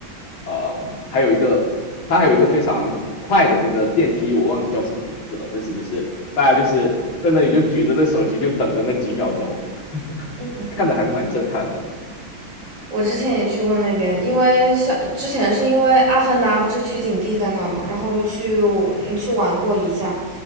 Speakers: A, on the left; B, on the right.
A: 呃，还有一个它还有一个非常快的那个电梯，我忘记叫什么名字了，但是就是大家就是在那里就举着那手机就等着那几秒钟，<laughs>
B: 嗯。
A: 看着还是蛮震撼的。
B: 我之前也去过那边，因为像之前是因为《阿凡达》不是取景地在那儿嘛，然后就去嗯去玩过一下。